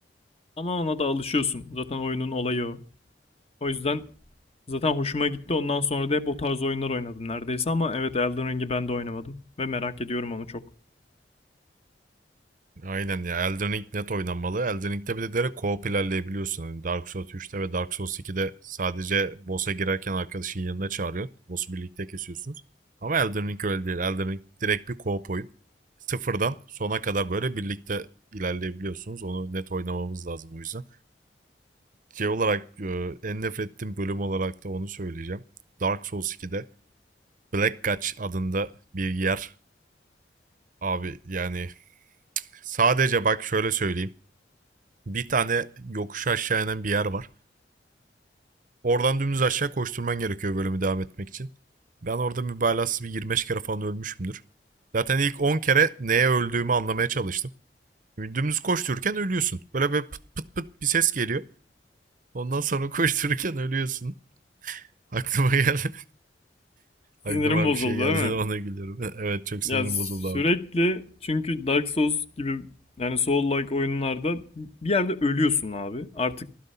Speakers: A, on the left; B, on the right.
A: Ama ona da alışıyorsun. Zaten oyunun olayı o. O yüzden zaten hoşuma gitti. Ondan sonra da hep o tarz oyunlar oynadım neredeyse ama evet Elden Ring'i ben de oynamadım. Ve merak ediyorum onu çok.
B: Aynen ya Elden Ring net oynanmalı. Elden Ring'de bir de direkt co-op ilerleyebiliyorsun. Hani Dark Souls 3'te ve Dark Souls 2'de sadece boss'a girerken arkadaşın yanına çağırıyorsun. Boss'u birlikte kesiyorsunuz. Ama Elden Ring öyle değil. Elden Ring direkt bir co-op oyun. Sıfırdan sona kadar böyle birlikte ilerleyebiliyorsunuz. Onu net oynamamız lazım o yüzden. şey olarak e, en nefret ettiğim bölüm olarak da onu söyleyeceğim. Dark Souls 2'de Black Gulch adında bir yer abi yani sadece bak şöyle söyleyeyim. Bir tane yokuş aşağı inen bir yer var. Oradan dümdüz aşağı koşturman gerekiyor bölümü devam etmek için. Ben orada mübalağasız bir 25 kere falan ölmüşümdür. Zaten ilk 10 kere neye öldüğümü anlamaya çalıştım. Dümdüz koştururken ölüyorsun. Böyle bir pıt pıt pıt bir ses geliyor. Ondan sonra <laughs> koştururken ölüyorsun. Aklıma geldi.
A: Sinirim
B: Aklıma
A: bozuldu
B: bir şey geldi
A: değil
B: <laughs> de ona
A: mi?
B: gülüyorum. <laughs> Evet çok
A: Ya
B: sinirim bozuldu abi.
A: sürekli çünkü Dark Souls gibi yani Soul-like oyunlarda bir yerde ölüyorsun abi. Artık